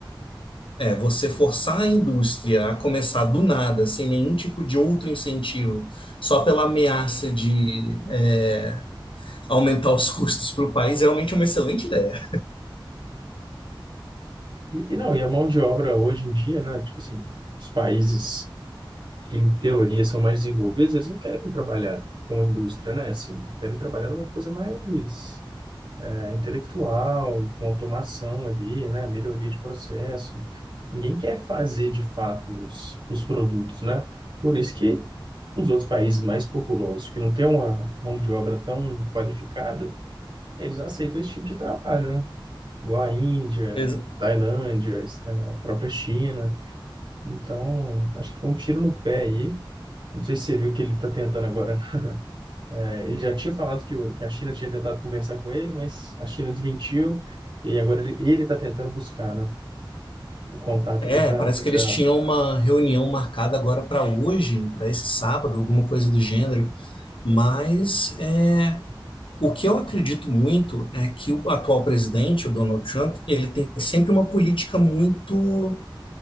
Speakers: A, on the left; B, on the right.
A: é, você forçar a indústria a começar do nada, sem nenhum tipo de outro incentivo, só pela ameaça de é, aumentar os <laughs> custos para o país, é realmente uma excelente ideia.
B: E, e não, e a mão de obra hoje em dia, né? Tipo assim, os países... que em teoria são mais desenvolvidos, eles não querem trabalhar com indústria, né? Assim, querem trabalhar numa coisa mais é, intelectual, com automação ali, né? Melhoria de processo. Ninguém quer fazer de fato os, os produtos, né? Por isso que os outros países mais populosos, que não têm uma mão de obra tão qualificada, eles aceitam esse tipo de trabalho, né? Igual a Índia,
A: Ex-
B: Tailândia, a própria China. Então, acho que foi um tiro no pé aí não sei se você viu que ele está tentando agora. É, ele já tinha falado que, o- que a China tinha tentado conversar com ele, mas a China desmentiu. E agora ele ele está tentando buscar, né, o contato
A: É,
B: ali para
A: parece
B: tentar.
A: que eles tinham uma reunião marcada agora para hoje, para esse sábado, alguma coisa do gênero, mas é, o que eu acredito muito é que o atual presidente, o Donald Trump, ele tem sempre uma política muito